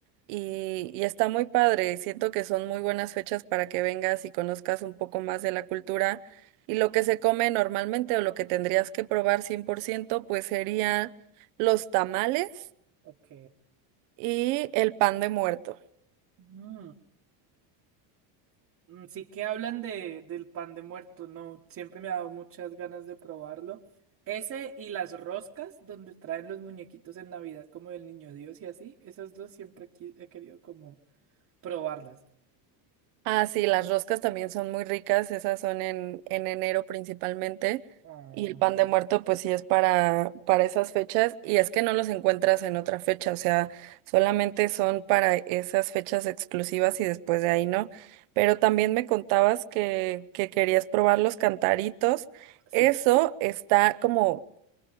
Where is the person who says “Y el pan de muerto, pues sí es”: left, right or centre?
Right